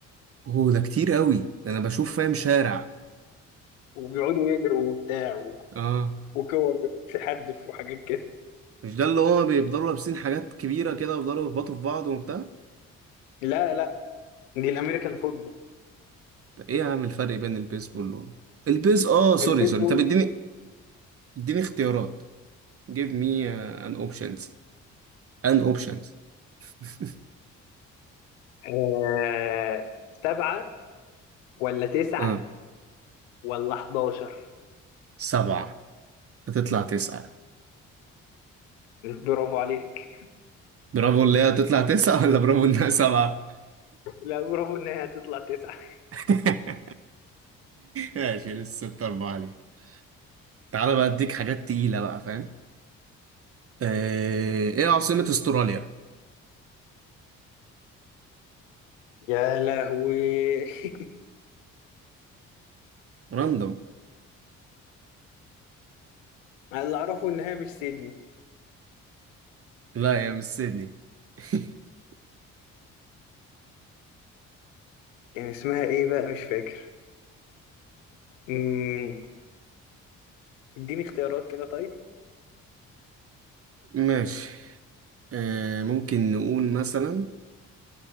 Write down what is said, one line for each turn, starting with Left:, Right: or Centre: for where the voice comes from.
Right: هو ده كتير قوي ده انا بشوف فاهم شارع
Left: وبيقعدوا يجروا وبتاع و-
Right: اه
Left: وكور بتتحدف وحاجات كده
Right: مش ده اللي هو بيفضلوا لابسين حاجات كبيره كده ويفضلوا يخبطوا في بعض وبتاع
Left: لا لا دي الأمريكان فوتبول
Right: طب ايه يا عم الفرق بين البيسبول و البيز اه سوري
Left: البيسبول
Right: سوري طب اديني اديني اختيارات give me uh, an options an options <laughs>
Left: آه سبعة ولا تسعة
Right: اه
Left: ولا 11
Right: سبعة هتطلع تسعة
Left: برافو عليك
Right: برافو اللي هي هتطلع تسعة ولا برافو انها سبعة
Left: لا برافو ان هي هتطلع تسعة
Right: <laughs> ماشي لسه ستة أربعة عليك تعالى بقى اديك حاجات تقيلة بقى فاهم آه، ايه عاصمة استراليا
Left: يا لهوي <laughs>
Right: راندوم
Left: أنا اللي اعرفه ان هي مش سيدني
Right: لا يا مش سيدني <laughs>
Left: كان اسمها ايه بقى مش فاكر مم، اديني اختيارات كده طيب
Right: ماشي آه ممكن نقول مثلا